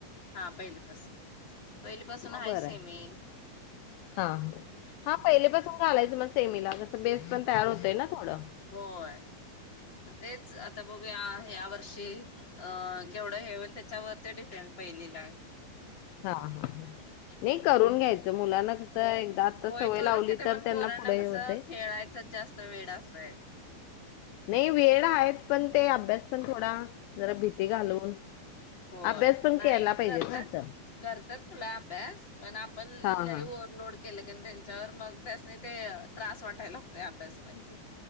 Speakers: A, on the left; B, on the left.
A: हा पहिली पास पहिली पासून
B: मग
A: आहे,
B: बरं
A: सेमी
B: हा हा हा पहिलेपासून घालायचं मग सेमीला कसं बेस पण तयार होतय ना. थोडं
A: होय म तेच. च आता बघूया ह्या वर्षी अ केवढं हे होईल तेच त्या वर ते डीफेड पहिलीला
B: हा, हा, हा नाही, करून घ्यायचं मुलाना कसं एकदा आता
A: होय
B: सवय
A: करू
B: लावली
A: घेते,
B: तर
A: पण
B: त्यांना
A: पोरांना
B: पुढे
A: कसं
B: हे होते
A: खेळायचंच जास्त वेड आसतय <inaudible>
B: ही वेळ आहे, पण ते अभ्यास पण थोडा जरा भीती घालून
A: होय
B: अभ्यास पण
A: नाही,
B: केला पाहिजे
A: करतात
B: ना असं
A: करतात मुलं अभ्यास पण आपण
B: हा
A: लई
B: हा
A: ओव्हरलोड केलं कणी त्यांच्यावर मग त्यासनी ते त्रास वाटायला लागतोय, अभ्यास म्हणजे